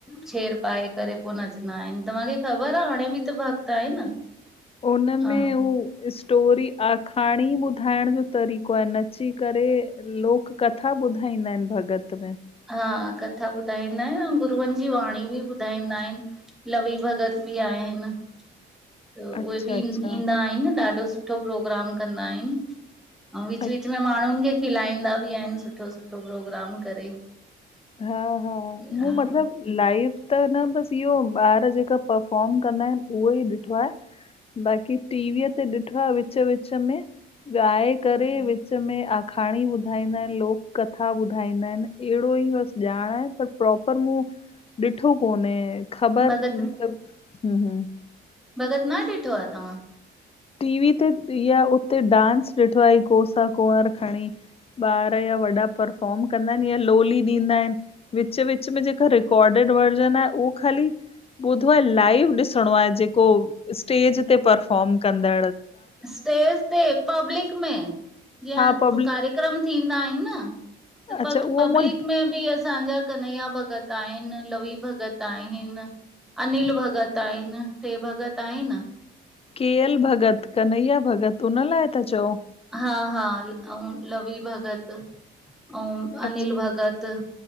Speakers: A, in the centre; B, on the left.
A: छेड़ पाए करे पोइ नचंदा आहिनि। तव्हांखे ख़बर आह हाणे बि त वक़्तु आहे न।
B: उनमें
A: हा
B: उ। स्टोरी आखाणी ॿुधाइण जो तरीक़ो आहे। नची करे लोक। कथा ॿुधाईंदा आहिनि भॻत में।
A: हा। कथा ॿुधाईंदा आहिनि ऐं गुरूअनि जी वाणी बि ॿुधाईंदा आहिनि। लवी भगत बि आहिनि। त
B: अच्छा,
A: उहे बि
B: अच्छा,
A: ईंदा आहिनि ॾाढो सुठो प्रोग्राम कंदा आहिनि। ऐं। विच,
B: अच्छा
A: विच में माण्हुनि खे खिलाईंदा बि आहिनि सुठो सुठो प्रोग्राम करे।
B: हा। हा। मूं
A: हा
B: मतिलब। लाइव त न बसि इहो ॿार जेका पफॉम कंदा आहिनि उहो ई ॾिठो आहे। बाक़ी टीवीअ ते ॾिठो आहे विच, विच में। ॻाए करे विच में आखाणी ॿुधाईंदा आहिनि लोक कथा ॿुधाईंदा आहिनि अहिड़ो ई वस। ॼाणे पर प्रोपर मूं ॾिठो कोन्हे ख़बर
A: भॻत
B: <unintelligible> <inaudible>
A: भॻत न ॾिठो आ तव्हां?
B: टी वी ते या उते डांस ॾिठो आ। कोसा कुंवर खणी। ॿार या वॾा परफॉम कंदा आहिन या लोली ॾींदा आहिन। विच- विच में जेका रिकॉर्डिड वर्जन आहे उ ख़ाली ॿुधो आ लाइव ॾिसणो आहे जेको स्टेज ते परफॉम कंदॾ
A: स्टेज ते पब्लिक में जीअं
B: हा पब्लिक
A: कार्यक्रम थींदा आहिन न
B: अच्छा
A: पग
B: उहो
A: पब्लिक
B: मूं
A: में बि असांजा कन्हैया भॻत आहिन लवी भगत आहिन। अनिल भॻत आहिन टे भॻत आहिन।
B: के एल भॻत कन्हैया भॻत उन लाइ था चओ?
A: हा- हा अऊं लवि भगत अऊं
B: अच्छा
A: अनिल भगत।